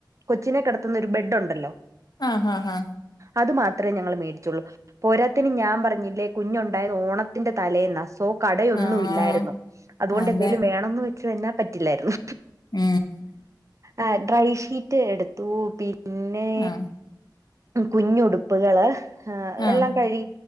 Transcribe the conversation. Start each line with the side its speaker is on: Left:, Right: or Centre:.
Right: കൊച്ചിനെ കെടത്തുന്നൊരു ബെഡൊണ്ടല്ലോ
Left: ആഹ്‌ ഹാ ഹാ
Right: അതു മാത്രേ ഞങ്ങള് മേടിച്ചൊള്ളൂ പോരാത്തതിന് ഞാൻ പറഞ്ഞില്ലേ കുഞ്ഞുണ്ടായത് ഓണത്തിന്റെ തലേന്നാ സോ കടയൊന്നും
Left: ആഹ്
Right: ഇല്ലായിരുന്നു അതുകൊണ്ട്
Left: അതെ
Right: എന്തേലും വേണന്ന് വെ <unintelligible> തെന്നാ പറ്റില്ലായിരുന്നു
Left: ഉം
Right: ആ ഡ്രൈ ഷീ റ്റ് എടുത്തു പി ന്നേ
Left: ആഹ്
Right: കുഞ്ഞുടുപ്പുകള് ഹാ
Left: ആഹ്
Right: എല്ലാം കഴി